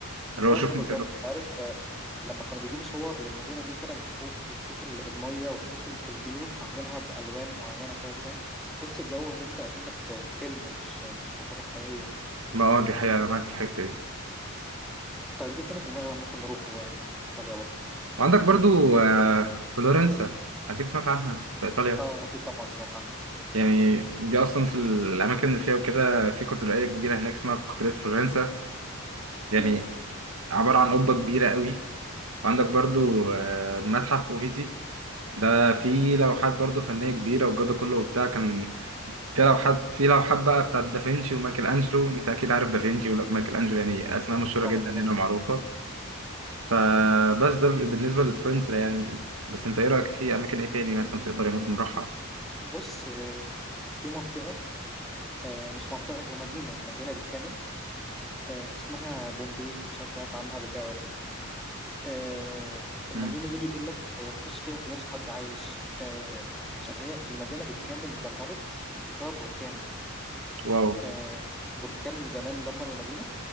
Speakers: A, on the right; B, in the centre.
A: اللي
B: اه
A: هو شوفني
B: اه بالظبط انت عارف آه، لما كانوا بيجيبوا صور للمدينة دي كده من فوق وتشوف ال- المية وتشوف ال- البيوت عاملينها بألوان معينة كده فاهم تحس الجو ان انت اكنك في في فيلم مش مش في حاجة حقيقية
A: ما اه دي حقيقة أنا معاك في الحتة دي
B: طيب ايه تاني في دماغك ممكن نروحه يعني في ايطاليا برضه
A: وعندك برضو آه، فلورنسا أكيد سمعت عنها في إيطاليا
B: اه اكيد طبعا سمعت عنها
A: يعني دي أصلا في الأماكن اللي فيها وكده في كاتدرائية كبيرة هناك اسمها كاتدرائية فلورنسا يعني
B: مم.
A: عبارة عن قبة كبيرة قوي وعندك برضو آه، متحف أوفيزي ده فيه لوحات برضو فنية كبيرة والجو ده كله وبتاع كان فيها
B: اه
A: لوحات في لوحات بقى بتاعت دافنشي ومايكل أنجلو أنت أكيد عارف دافنشي ومايكل أنجلو يعني أسماء مشهورة
B: طبعا
A: جدا
B: طبعا
A: هنا معروفة فبس ده بالنسبة لفلورنسا يعني بس انت ايه رأيك في اماكن ايه تاني مثلا في ايطاليا ممكن نروحها
B: بص آه، في منطقة آه، مش منطقة هي مدينة مدينة بالكامل آه، اسمها بومبي مش عارف سمعت عنها قبل كده ولا لا آه، المدينة
A: امم
B: دي بيقول لك هي مفيش فيها دلوقتي حد عايش آه، عشان هي المدينة بالكامل اتدمرت بسبب بركان
A: واو
B: آه، بركان من زمان دمر المدينة